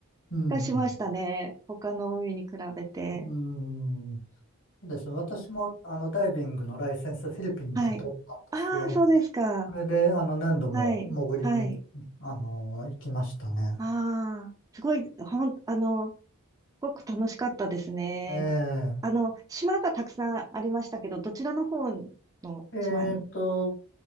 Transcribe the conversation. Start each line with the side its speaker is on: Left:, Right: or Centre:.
Left: うん、
Right: がしましたね。他の海に比べて。
Left: うん。そうですね。私も、あの、ダイビングのライセンスフィリピンで取ったんですよ。
Right: はい。ああ、そうですか。
Left: それで、あの、何度も潜りに、
Right: はい。はい。
Left: あの、行きましたね。
Right: ああ、すごい、ほん、あの、すごく楽しかったですね。
Left: え
Right: あの、島がたくさんありましたけど、どちらの方の島に
Left: ええっと、